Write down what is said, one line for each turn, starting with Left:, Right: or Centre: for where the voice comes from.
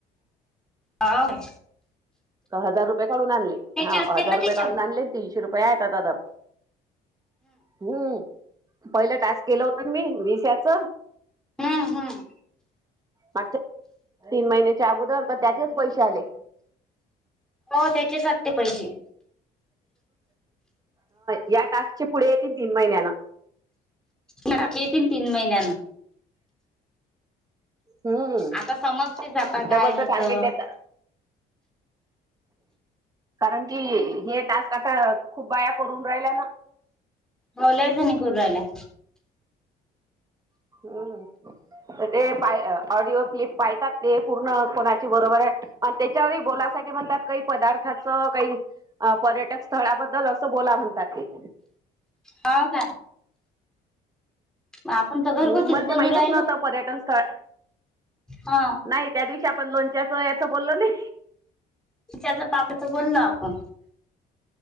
Centre: हाव काय?
Right: हजार रुपये काढून आणले हा
Centre: असतील
Right: हजार
Centre: ना
Right: रुपये
Centre: तिच्या
Right: काढून आणले तीनशे रुपये आहे तदा. हम्म पहिलं टास्क केलं होतं मी विश्याच.
Centre: हम्म हम्म
Right: मागच्या तीन महिन्याच्या अगोदर तर त्याचेच पैसे आले.
Centre: हो त्याचेच <unintelligible> पैसेे.
Right: या टास्कचे पुढे येतील तीन महिन्याना.
Centre: ना खितीन तन तीन महिन्यान.
Right: हम्म
Centre: आता समजतेच आता काय
Right: डबलच
Centre: हाय
Right: टार्गेट
Centre: तर
Right: देत. कारण की हे टास्क आता खूप बाया करून राहिला ना.
Centre: मग लय करु राहिल्या.
Right: हां. ते पाय ऑडिओ क्लिप पायतात ते पूर्ण कोणाची बरोबर आहे आणि त्याच्यावर बोलायसाठी म्हणतात काही पदार्थाचं काही. अ पर्यटक स्थळाबद्दल असं बोला म्हणतात ते.
Centre: हाव काय. मग आपण तर घरगुतीच
Right: ह मला
Centre: बोलू
Right: ते माहितच
Centre: राहिलो
Right: नव्हत पर्यटन स्थळ
Centre: हा
Right: नाही त्या दिवशी. च्या आपण लोणच्याच याच बोललो नाही.
Centre: तच्याच्या पापच बोललो आपण.